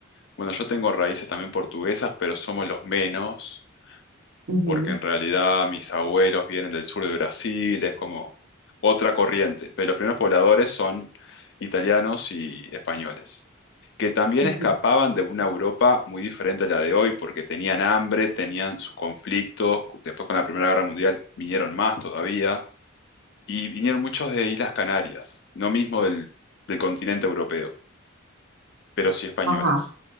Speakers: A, on the left; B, on the right.
A: Bueno, yo tengo raíces también portuguesas, pero somos los menos.
B: Ujú,
A: porque en realidad mis abuelos vienen del sur de Brasil, es como otra corriente, pero los primeros pobladores son italianos y españoles, que también
B: ujú.
A: escapaban de una Europa muy diferente a la de hoy, porque tenían hambre, tenían sus conflictos, después con la Primera Guerra Mundial vinieron más todavía, y vinieron muchos de Islas Canarias, no mismo del, del continente europeo, pero sí españoles.
B: Ajá.